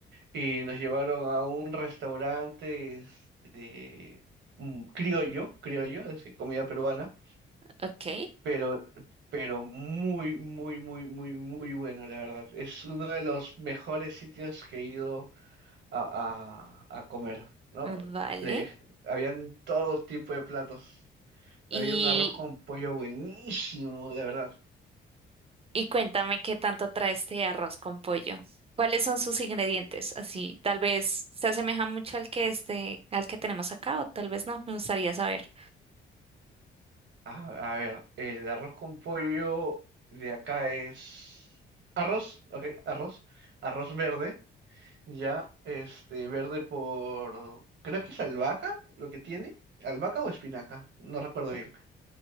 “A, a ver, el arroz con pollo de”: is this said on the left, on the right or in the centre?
Right